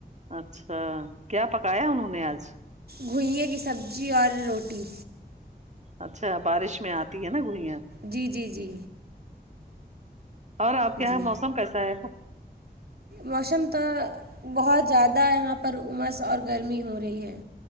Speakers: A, on the right; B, on the right.
A: اچھا کیا پکایا انہوں نے آج
B: گھوئییں کی سبزی اور روٹی
A: اچھا بارش میں آتی ہے نا گھویاں
B: جی جی جی
A: اور آپ
B: جی
A: کے یہاں موسم کیسا ہے
B: موسم تو بہت زیادہ یہاں پر عمس اور گرمی ہو رہی ہے